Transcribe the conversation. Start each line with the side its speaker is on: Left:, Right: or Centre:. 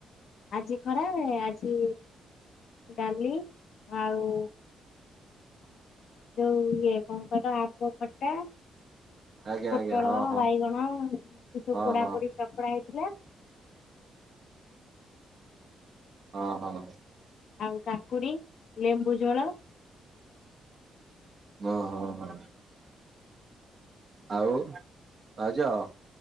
Left: ଆଜି ଖରା ବେଳେ ଆଜି ଡାଲି ଆଉ ଯୋଉ ଇଏ କଣ କହିଲ ଆମ୍ବ ଖଟା
Right: ଆଜ୍ଞା
Left: ପୋଟଳ
Right: ଆଜ୍ଞା ହଁ ହଁ
Left: ବାଇଗଣ ସେ ସବୁ
Right: ହଁ
Left: ପୋଡା
Right: ହଁ
Left: ପୋଡି ଚକଡ଼ା ହେଇଥିଲା।
Right: ହଁ ହଁ।
Left: ଆଉ କାକୁଡି ଲେମ୍ବୁ ଝୋଳ।
Right: ଓହୋ ହୋ ହୋ ଆଉ ଭାଉଜ